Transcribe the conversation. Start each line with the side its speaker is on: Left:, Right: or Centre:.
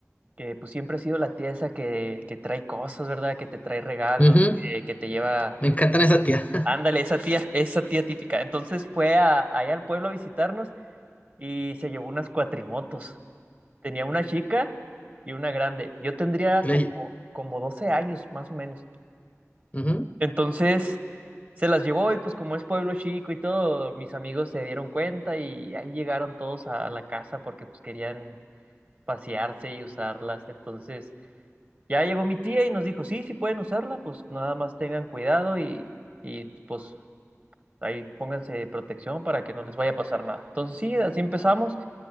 Right: que pues siempre ha sido la tía esa que, que trae cosas, ¿verdad? Que te trae regalos,
Left: ujú.
Right: que, que te lleva...
Left: Me encantan esas tías.
Right: Ándale, esa tía, esa tía típica. Entonces fue a, allá al pueblo a visitarnos y se llevó unas cuatrimotos. Tenía una chica y una grande. Yo tendría
Left: Le-
Right: como, como 12 años, más o menos.
Left: ujú,
Right: Entonces se las llevó y pues como es pueblo chico y todo, mis amigos se dieron cuenta y ahí llegaron todos a la casa porque pues querían pasearse y usarlas. Entonces Ya llegó mi tía y nos dijo, sí, sí pueden usarla, pues nada más tengan cuidado y, y, pues ahí pónganse protección para que no les vaya a pasar nada. Entonces sí, así empezamos,